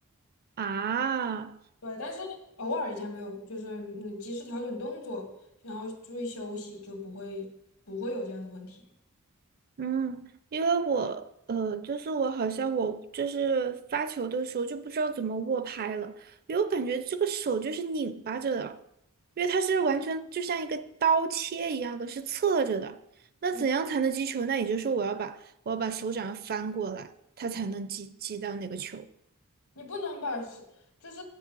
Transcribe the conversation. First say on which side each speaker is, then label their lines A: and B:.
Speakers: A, on the right; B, on the left.
A: 啊，
B: 对，但是偶尔一下没有，就是你及时调整动作，然后注意休息，就不会不会有这样的问题。
A: 嗯，因为我呃，就是我好像我就是发球的时候就不知道怎么握拍了，因为我感觉这个手就是拧巴着的，因为它是完全就像一个刀切一样的，是侧着的。那怎样才能击球？
B: 嗯。
A: 那也就是说我要把我要把手掌翻过来，它才能击击到那个球。
B: 你不能把是，就是